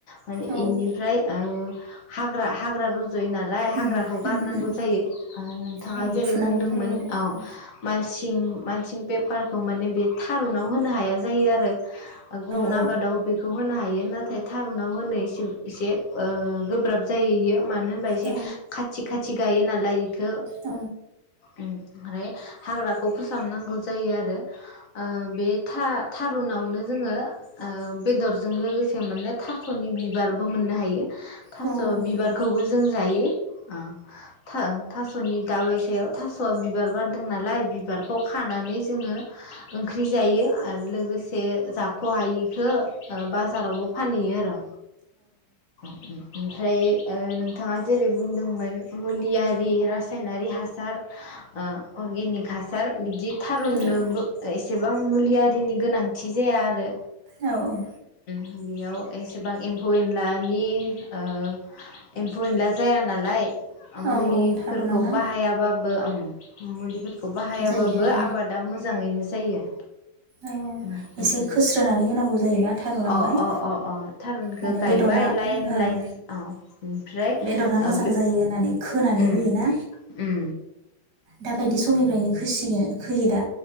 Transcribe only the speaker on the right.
औ
उम
उम उम
औ
फुनांगौ
जायो आरो
औ
औ
औ उम औ
औ उम
औ
औ औ।
औ थारुनाव ना
जायो आरो
औ
एसे
खोस्रोनानै होनांगौ जायोना थारुनावहाय?
माने
बेदरा
ओं
बेदरा मोजां
जायो होननानै खोनानै
होयोना
दा बायदि समनिफ्रायनो खोसियो खोयो दा?